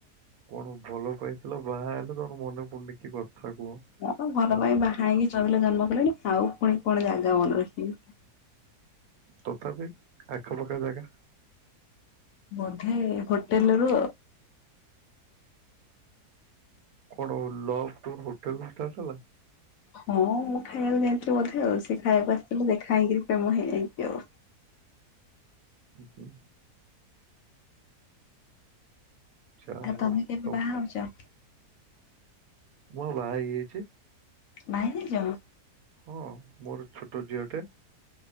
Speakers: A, on the right; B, on the left.
A: କଣ ଭଲ ପାଇଥିଲ ବାହା ହେଲେ ତମ ମନେ ପଡୁନି କି କଥା? କୁହ
B: ହ ଭଲ
A: କୁହ?
B: ପାଇଁ ବାହା ହେଇକି ଚଲିଲେ ଜନ୍ମ କଲେଣି ଆଉ ପୁଣି କଣ ଜାଗା ମନେ ରଖିବି।
A: ତଥାପି ଆଖପାଖ ଜାଗା।
B: ବୋଧେ ହୋଟେଲ ରୁ
A: କଣ ଲବ ଷ୍ଟୋରୀ ହୋଟେଲରୁ ଷ୍ଟାର୍ଟ ହେଲା।
B: ହଁ ମୁଁ ଖାଇବାକୁ ଯାଇଥିଲି ବୋଧେ ଆଉ ସେ ଖାଇବାକୁ ଆସିଥିଲ ଦେଖା ହେଇକିରି ପ୍ରେମ ହେଇଯାଇଛି ଆଉ।
A: ହ ହୁଁ ଯାହା
B: ଆଉ
A: ହଉ
B: ତମେ କେବେ
A: ତ
B: ବାହାହଉଛ?
A: ମୁଁ ବା ବାହା ହେଇଯାଇଛି।
B: ବାହା ହେଇଯାଇଛ।
A: ହଁ ମୋର ଛୋଟ ଝିଅଟେ।